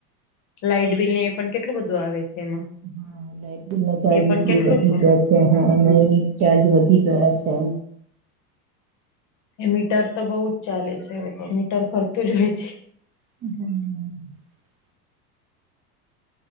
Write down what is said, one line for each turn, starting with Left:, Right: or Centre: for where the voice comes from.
Left: લાાઈટ બિલ ને પણ કેટલું બધું આવે છે. એમાં
Right: હા લઇટ બિલ ના ચાર્જસ
Left: એ પણ
Right: બ
Left: કેટલુંક
Right: વધી ગયા છે હા નયુનટ ચાર્જ વધી ગયા છે.
Left: એ મીટર તો બહુ જ ચાલે છે હવે મીટર ફરતું જ હોય છે.
Right: હમ.